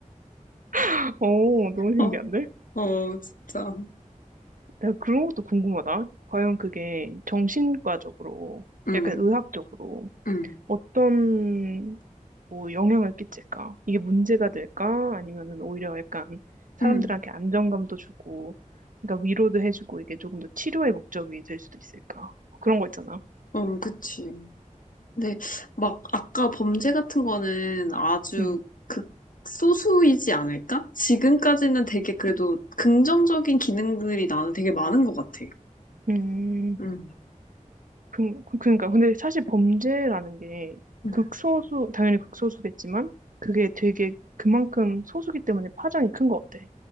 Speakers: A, on the right; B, on the left.
A: <laughs> 오, 너무 신기한데?
B: 어, 어, 진짜.
A: 나 그런 것도 궁금하다. 과연 그게 정신과적으로,
B: 응
A: 약간 의학적으로,
B: 응
A: 어떤 뭐 영향을 끼칠까? 이게 문제가 될까? 아니면은 오히려 약간 사람들한테
B: 응
A: 안정감도 주고, 그러니까 위로도 해주고 이게 조금 더 치료의 목적이 될 수도 있을까? 그런 거 있잖아.
B: 어, 그치. 근데 막, 아까 범죄 같은 거는 아주
A: 음,
B: 극소수이지 않을까? 지금까지는 되게 그래도 긍정적인 기능들이 나는 되게 많은 것 같아.
A: 음,
B: 응
A: 그, 그- 그러니까 근데 사실 범죄라는 게
B: 응
A: 극소수, 당연히 극소수겠지만 그게 되게 그만큼 소수기 때문에 파장이 큰 것 같아.